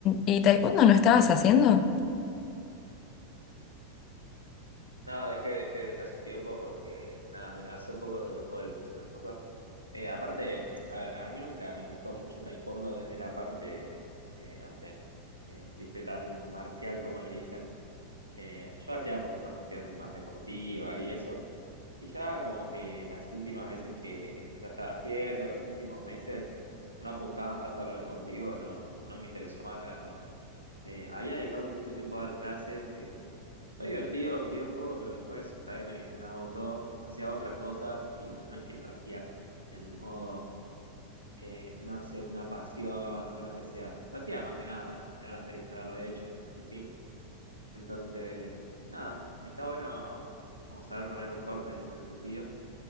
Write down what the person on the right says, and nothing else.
No, dejé, dejé, dejé hace un tiempo porque, nada, me cansé un poco de los golpes y esas cosas. Eh, aparte, a ver, a mí nunca me gustó mucho taekwondo desde la parte, eh, no sé, eh, viste, tan marcial como le dicen. Eh, yo hacía por una cuestión más deportiva y eso. Y ya como que las últimas veces que, que ya estaba haciendo, los últimos meses, no apuntaban tanto a lo deportivo, no, no me interesó más, la verdad. Eh, había dedicado mucho tiempo a dar clases, que Fue divertido un tiempo, pero después también me, me agotó. Hacía otras cosas y no es que lo hacía en modo, eh, no sé, una pasión o lo que sea. Lo hacía más que nada para tener la experiencia de haberlo hecho y, y fin. Entonces, nada, está bueno como saber poner un corte en ese sentido.